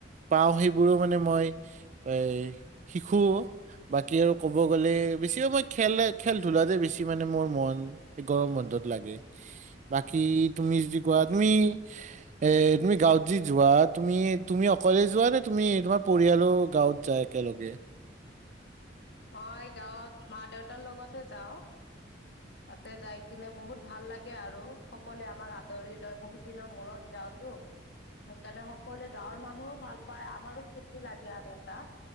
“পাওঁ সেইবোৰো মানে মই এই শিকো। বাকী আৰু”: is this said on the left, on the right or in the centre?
Right